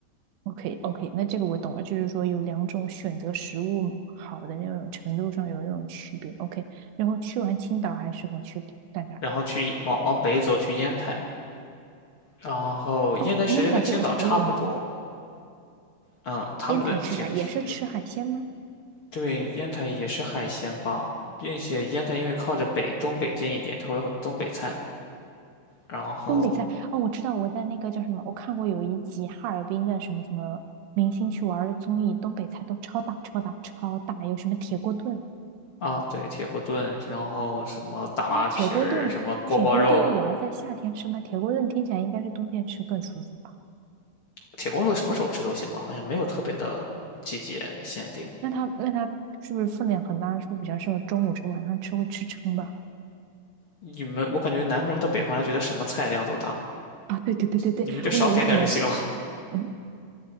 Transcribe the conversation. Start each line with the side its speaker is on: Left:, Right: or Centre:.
Right: OK OK，那这个我懂了，就是说有两种选择食物好的那种程度上有那种区别。OK，然后去完青岛还适合去干啥？
Left: 然后去往往北走去烟台，然后烟台其实跟青岛差不多，
Right: 哦，烟台这个好有名，
Left: 嗯，他们的景区。
Right: 烟台吃啥？也是吃海鲜吗？
Left: 对，烟台也是海鲜吧，并且烟台因为靠着北东北近一点，它会有很多东北菜。然后
Right: 东北菜哦，我知道，我在那个叫什么，我看过有一集哈尔滨的什么什么明星去玩的综艺，东北菜都超大超大超大，有什么铁锅炖，
Left: 啊，对，铁锅炖，然后什么打拉皮儿，
Right: 但是铁锅炖铁锅炖也要在夏天吃吗？
Left: 什么锅包肉，
Right: 铁锅炖听起来应该是冬天吃更舒服吧？
Left: 铁锅炖什么时候吃都行吧，好像没有特别的季节限定。
Right: 那它那它是不是分量很大？是不是比较适合中午吃，晚上吃会吃撑吧？
Left: 你们，我感觉南方人到北方来，觉得什么菜量都大，
Right: 啊，对对对对对，
Left: 你们就少点点儿就行了。
Right: 我有一年。嗯